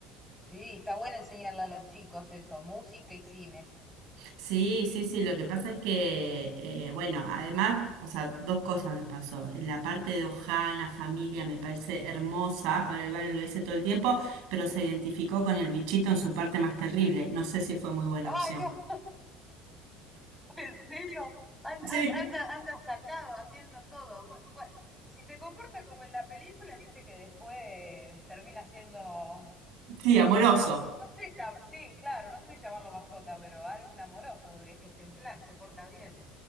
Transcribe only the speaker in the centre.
sí, está bueno enseñarle a los chicos eso, música y cine.
Ay,
no, <laughs> en serio, An-
an- anda, anda sacado haciendo todo. Bu- Bueno, si se comporta como en la película, viste que después termina siendo
una mascota, no sé, ya- sí, claro, no sé si llamarlo mascota, pero algo un amoroso, e- ejemplar, se porta bien.